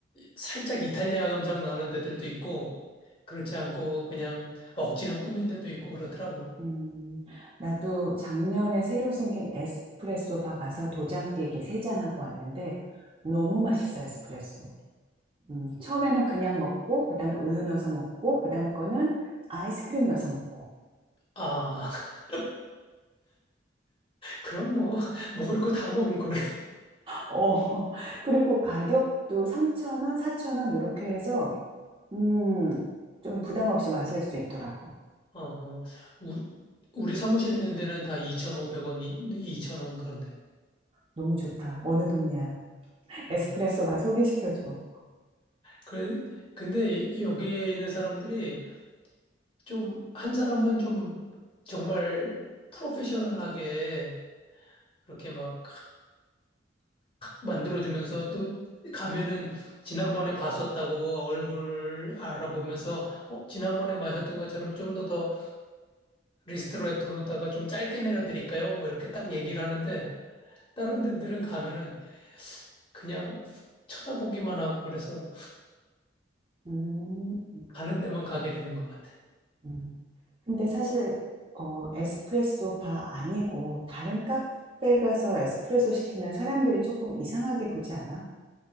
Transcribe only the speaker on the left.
살짝 이탈리아 감상 나는 데들도 있고 그렇지 않고 그냥 억지로 꾸민 데도 있고 그렇더라고.
아, <laughs> 그럼 뭐, <laughs> 먹을 거 다 먹은 거네.
어, 우리, 우리 사무실에 있는 데는 다 2,500원, 2,000원 그런데.
어,
그래, 근데 이- 여기에 있는 사람들이 좀, 한 사람은 좀 정말 프로페셔널하게 그렇게 막 만들어주면서 또 가면은 지난번에 봤었다고 얼굴 알아보면서 어, 지난번에 마셨던 것처럼 좀 더 더 리스트레토로다가 좀 짧게 내려드릴까요? 뭐 이렇게 딱 얘기를 하는데 다른 데들은 가면은 그냥 쳐다보기만 하고 그래서
가는 데만 가게 되는 것 같아.